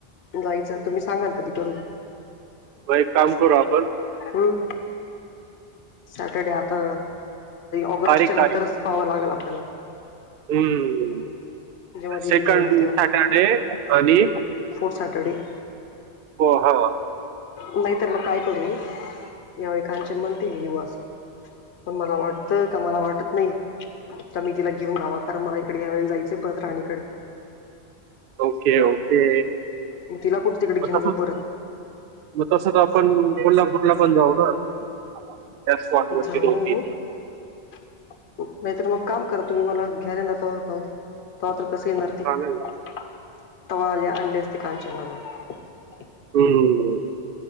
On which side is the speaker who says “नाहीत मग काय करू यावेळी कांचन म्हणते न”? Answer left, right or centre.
Left